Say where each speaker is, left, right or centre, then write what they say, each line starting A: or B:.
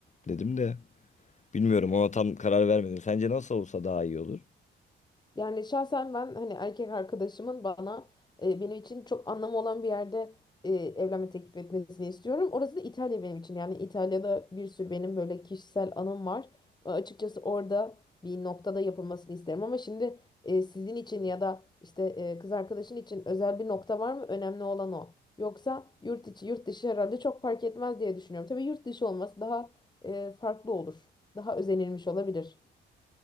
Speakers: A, on the left; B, on the left.
A: dedim de bilmiyorum ona tam karar vermedim. Sence nasıl olsa daha iyi olur?
B: Yani şahsen ben hani erkek arkadaşımın bana e, benim için çok anlamı olan bir yerde e, evlenme teklif etmesini istiyorum. Orası da İtalya benim için. Yani İtalya'da bir sürü benim böyle kişisel anım var. E, açıkçası orada bir noktada yapılmasını isterim ama şimdi e, sizin için ya da işte e, kız arkadaşın için özel bir nokta var mı? Önemli olan o. Yoksa yurt içi yurt dışı herhalde çok fark etmez diye düşünüyorum. Tabii yurt dışı olması daha e, farklı olur. Daha özenilmiş olabilir.